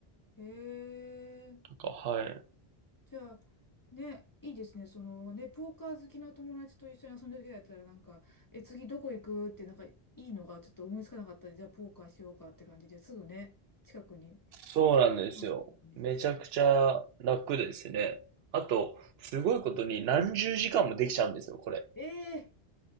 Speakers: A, on the left; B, on the right.
A: い。
B: とか、
A: ええ
B: はい。
A: じゃあ、ね、いいですね。そのね、ポーカー好きな友達と一緒に遊んでる人だったら、なんか、え、次どこ行くって、なんか、いいのがちょっと思いつかなかったら、じゃあ、ポーカーしようかって感じですぐね、近くに
B: そうなんですよ。
A: ある感じですか。
B: めちゃくちゃ楽ですね。あと、すごいことに何十時間もできちゃうんですよ、これ。
A: ええ